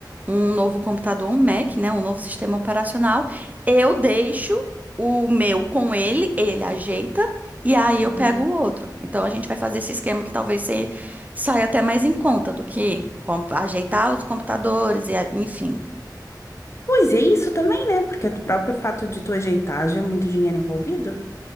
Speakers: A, on the right; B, on the left.
A: um novo computador, um Mac, né, um novo sistema operacional, eu deixo o meu com ele, ele ajeita e aí eu
B: Uhum.
A: pego o outro. Então a gente vai fazer esse esquema que talvez se- saia até mais em conta do que com- ajeitar os computadores e a- enfim.
B: Pois é isso também, né? Porque o próprio fato de tu ajeitar já é muito dinheiro envolvido.